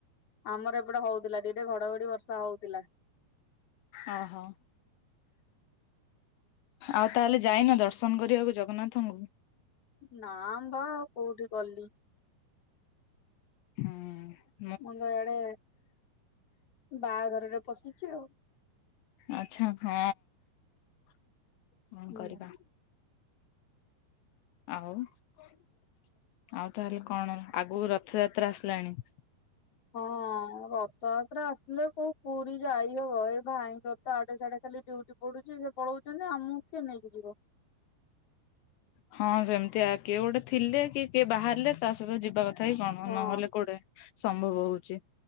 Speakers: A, on the left; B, on the left.
A: ଆମର ଏପଟେ ହଉଥିଲା ଟିକଟେ ଘଡଘଡି ବର୍ଷା ହଉଥିଲା।
B: ଓ ହୋ ଆଉ ତାହେଲେ ଯାଇନ ଦର୍ଶନ କରିବାକୁ ଜଗନ୍ନାଥଙ୍କୁ?
A: ନା ବା ଆଉ କୋଉଠି ଗଲି।
B: ହଁ
A: ମୁଁ ତ ଇଆଡେ ବାହାଘରରେ ପଶିଛି ଆଉ।
B: ଆଛା ହଁ ହଁ
A: ହୁଁ
B: କରିବା। ଆଉ ଆଉ ତାହେଲେ କଣ ଆଗକୁ ରଥଯାତ୍ରା ଆସିଲାଣି।
A: ହଁ ରଥଯାତ୍ରା ଆସିଲେ କୋଉ ପୁରୀ ଯାଇହବ ଏଇ ଭାଇଙ୍କର ତ ଆଠେ ସାଢଡେ ଖାଲି ଡିଉଟି ପଢୁଛି ସେ ପଳଉଛନ୍ତି ଆମକୁ କିଏ ନେଇକି ଯିବ?
B: ହ ହଁ ସେମିତିଆ କିଏ ଗୋଟେ ଥିଲେ କିଏ କିଏ ବାହାରିଲେ ତା ସହିତ ଯିବା କଥା ଥାଇ କଣ
A: ହଁ
B: ନହେଲେ କୋଉଠେ ସମ୍ଭବ ହଉଛି।